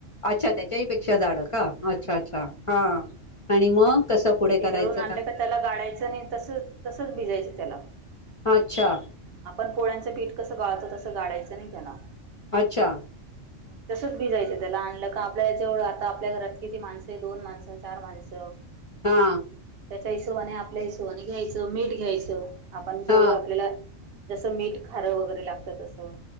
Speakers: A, on the left (about 45°); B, on the right (about 60°).
A: अच्छा त्याच्याही पेक्षा जाड का अच्छा-अच्छा
B: हम्म
A: हा आणि मग कसं पुढे
B: ते
A: करायचं
B: दळून आणलं का त्याला गाळायचं नाही तस तसच भिजायचं त्याला.
A: अच्छा
B: आपण पोळ्यांचं पीठ कसं गाळतो तसं गाळायचं नाही त्याला.
A: अच्छा!
B: नाही तसंच भिजयचं त्याला आणलं का आपल्या जेवढं आता आपल्या घरात किती माणसं दोन माणसं चार माणसं
A: हा!
B: त्याच्या हिशोबाने आपल्या हिशोबाने घ्यायचं मीठ घ्यायचं आपण जेवढं
A: हा
B: आपल्याला जसं मीठ खारं वगैरे लागतं तसं